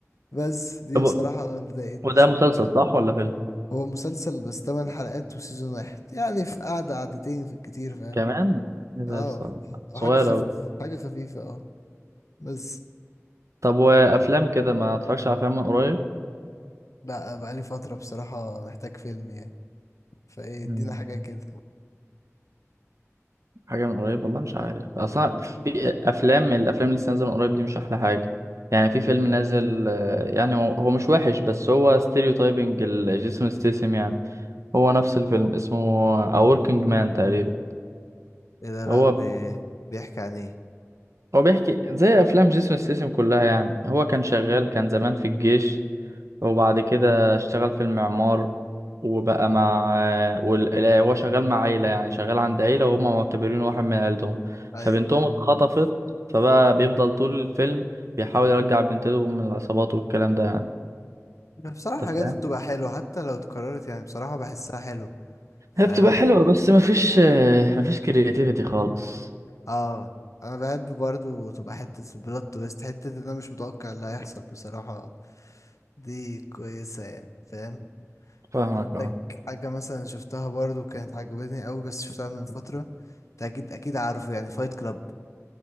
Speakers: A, on the left; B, on the right.
A: بس دي
B: طب
A: بصراحة اللي ضايقتني
B: وده
A: شوية
B: مسلسل صح ولا فيلم
A: هو مسلسل بس 8 حلقات وسيزون واحد يعني في قعدة قعدتين في الكتير فاهم
B: كمان ايه ده
A: اه
B: ص- صغير
A: أو حاجة خفيفة
B: اوي
A: حاجة خفيفة اه بس
B: طب وافلام كده ما اتفرجش على افلام من قريب
A: لا بقالي فترة بصراحة محتاج فيلم يعني فايه
B: مم.
A: ادينا حاجة كده
B: حاجه من قريب والله مش عارف اصلا في افلام الافلام اللي لسه نازله من قريب دي مش احلى حاجه يعني في فيلم نازل آه، يعني هو هو مش وحش بس هو ستيريو تايبنج جيسون ستيسم يعني هو نفس الفيلم اسمه A Working Man تقريبا
A: ايه ده لا
B: هو
A: بي... بيحكي عن ايه
B: هو بيحكي زي افلام جيسون ستيسم كلها يعني هو كان شغال كان زمان في الجيش وبعد كده اشتغل في المعمار وبقى مع وال- لا، هو شغال مع عيلة يعني شغال عند عيلة وهم معتبرينه واحد من عيلتهم
A: ايوه
B: فبنتهم اتخطفت فبقى بيفضل طول الفيلم بيحاول يرجع بنتهم من العصابات والكلام ده يعني
A: بصراحة الحاجات
B: انت فاهم
A: دي بتبقى حلوة حتى لو اتكررت يعني بصراحة بحسها حلوة فاهم
B: هي بتبقى حلوة بس مفيش مفيش كرياتيفيتي خالص
A: اه انا بحب برضو تبقى حتة البلوت تويست حتة ان انا مش متوقع اللي هيحصل بصراحة دي كويسة يعني فاهم
B: فاهمك اه
A: لك حاجة مثلا شفتها برضو كانت عجبتني قوي بس شفتها من فترة انت اكيد اكيد عارفه يعني فايت كلاب